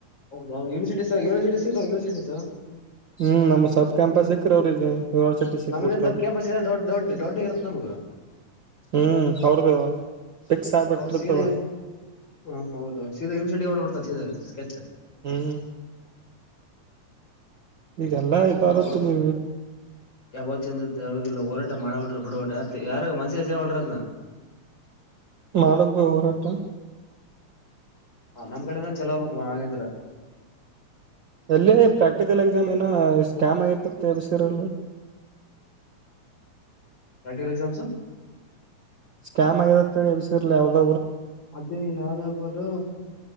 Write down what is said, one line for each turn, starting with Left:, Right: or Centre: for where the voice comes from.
Left: ಹೌದ university sir university sir university
Right: ಹ್ಮ್ ನಮ್ ಸಬ್ ಕ್ಯಾಂಪಸ ಸಿಕ್ರ ಅವ್ರಿಗೆ ಯೂನಿವರ್ಸಿಟಿ ಸಿಕ್ಬಿಡ್ತಾವ
Left: ನಮಿನ ಸಬ್ಕ ಬಸ್ಲ್ಲಡ್ ದೊಡ್ ದೊಡ್ಡ ಇರತ್ತ ನಮಗ
Right: ಹ್ಮ್ ಅವ್ರದು ಫಿಕ್ಸ್ ಆಗ್ಬಿಟ್ಟಿರ್ತದ
Left: ಅವರು ಸೀರೆ ಹ ಹೌದೌಹೌದು ಸೀದ ಯುನಿವರ್ಸಿಟಿ ಹೊಂಟ ಬಿಡ್ತಾನ್ ಸ್ಕೆಚ್
Right: ಹ್ಮ್ ಈಗೆಲ್ಲಾ ಇದಾರತ್ತದ
Left: ಯಾವ ಯಾವಂದ ಚ ತವಲ್ಲ ಹೊರಟ ಮಾಡಲ್ಡ್ರ ಬಿಡುವಲರ್ ಯಾರು ಮನಸ್ಸಿಗೆ ಹಚ್ಕೋವಲರ
Right: ಮಾಡಬಕ್ ಬ ಹೋರಾಟ
Left: ನಮ್ಮ್ ಕಡಿಂದ ಚಲೋವಬೇಕ್ ಮ ಹಾಗೇಂದ್ರ
Right: ಎಲ್ಲೇ ಪ್ರಾಕ್ಟಿಕಲ್ ಎಕ್ಸಾಮ್ ಏನೋ ಸ್ಕ್ಯಾಮ್ ಆಗಿತತ್ತ ಎಬಸಿರಲ್
Left: ಪ್ರಾಕ್ಟಿಕಲ್ ಎಕ್ಸಾಮ್ಸ್
Right: ಸ್ಕ್ಯಾಮ್ ಅಗೆದತೆಳಿ ಎಬಿಸಿರಲ್ ಯಾವ್ದ
Left: ಅದೇ ಯಾವ್ದಪ್ಪ ಅದು